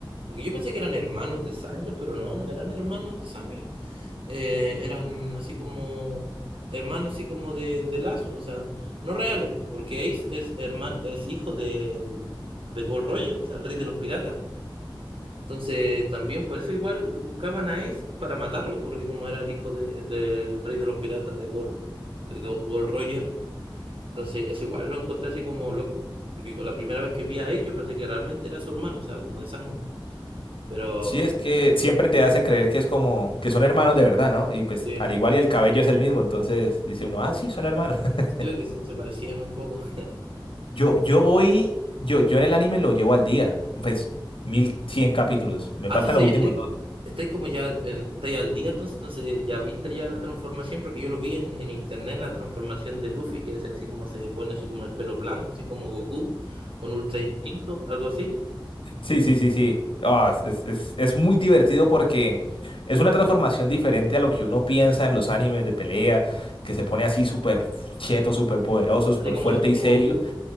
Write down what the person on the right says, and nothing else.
Porque yo pensé que eran hermanos de sangre, pero no, no eran hermanos de sangre. eh, eran así como hermanos, así como de, de lazos, o sea, no reales, po, porque Ace es hermano, es hijo del- de Gold Roger, o sea, el rey de los piratas. Entonces, también por eso igual buscaban a Ace para matarlo, porque como era el hijo de- del rey de los piratas de Gold, de Go- Gold Roger, entonces eso igual lo encontré así como loco, porque con la primera vez que vi a Ace yo pensé que realmente era su hermano, o sea, como de sangre, pero
sí,
sí, ve que se se parecían un poco. <laughs>
Ah,
Ay, entonces
ya
estoy,
estoy como ya, eh, estoy al día, entonces, entonces ya viste ya la transformación, porque yo lo vi en, en internet, la transformación de Luffy, que es así como se pone así como el pelo blanco, así como Goku, con Ultra Instinto, algo así,
así como,
como
Goku.